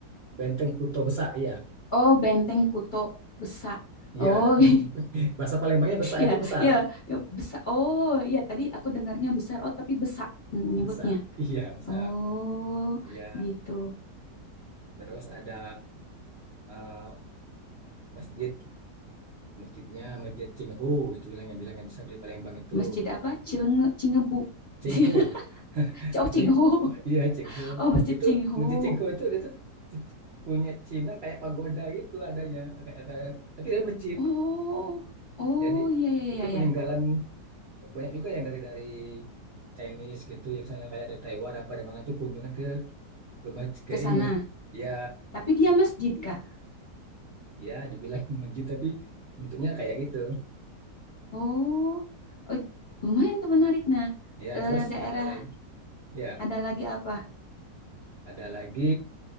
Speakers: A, on the right; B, on the left.
A: Benteng Kota Besar ya.
B: Oh, Benteng Kuto Besak.
A: Iya,
B: Oh,
A: nah,
B: <laughs>
A: <laughs> bahasa Palembangnya besak
B: ya,
A: itu besar,
B: ya, ya besar. Oh, ya tadi aku dengarnya besar. Oh, tapi besak nyebutnya.
A: besak. Iya, besak.
B: Oh,
A: Iya,
B: gitu.
A: terus ada eh, masjid, masjidnya Masjid Cingho itu bilangnya, bilangnya di di Palembang itu
B: Masjid apa? Cilenge, Cingebu.
A: Cingho.
B: <laughs>
A: <laughs>
B: Oh,
A: Mu-
B: Cinghu.
A: Iya, Cingho.
B: Oh, Masjid
A: Itu
B: cingho,
A: Masjid Cingho itu dia tuh punya Cina kayak pagoda gitu adanya, kayak, kayak tapi dia masjid.
B: Oh, oh
A: Jadi
B: iya, iya, iya,
A: itu
B: iya.
A: peninggalan
B: iya.
A: banyak juga yang dari dari Chinese gitu, ya misalnya kayak dari Taiwan apa dari mana tuh kunjungan ke ke maj- ke
B: Ke
A: ini
B: sana.
A: ya
B: Tapi dia masjid, Kak.
A: ya dibilang <laughs> masjid tapi bentuknya kayak gitu
B: Oh, oh, lumayan tuh menarik. Nah,
A: ya
B: eh,
A: terus
B: daerah
A: ada lagi ya
B: ada lagi apa?
A: ada lagi